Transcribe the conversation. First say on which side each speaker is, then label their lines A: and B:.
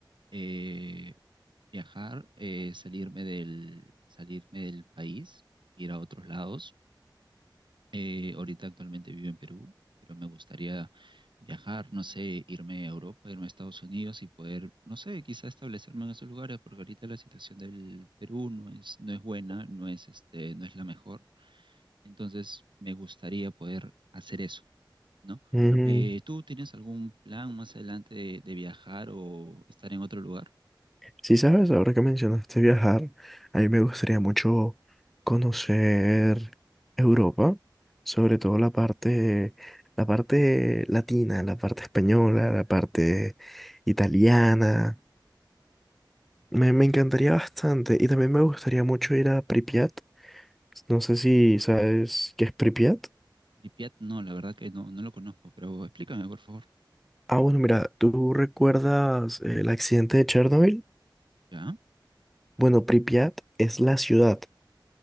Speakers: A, on the right; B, in the centre.
A: eh, viajar, eh, salirme del, salirme del país, ir a otros lados. Eh, ahorita actualmente vivo en Perú, pero me gustaría viajar, no sé, irme a Europa, irme a Estados Unidos y poder, no sé, quizá establecerme en esos lugares, porque ahorita la situación del Perú no es, no es buena, no es este, no es la mejor. Entonces me gustaría poder hacer eso ¿no?
B: Mm,
A: Eh, ¿tú tienes algún plan más adelante de, de viajar o estar en otro lugar?
B: sí, sabes, ahora que mencionaste viajar, a mí me gustaría mucho conocer Europa, sobre todo la parte, la parte latina, la parte española, la parte italiana. Me, me encantaría bastante y también me gustaría mucho ir a Pripyat No sé si sabes qué es Pripyat.
A: Pripyat, no, la verdad que no, no lo conozco, pero explícame, por favor.
B: Ah, bueno, mira, ¿tú recuerdas el accidente de Chernobyl?
A: ¿Ya?
B: Bueno, Pripyat es la ciudad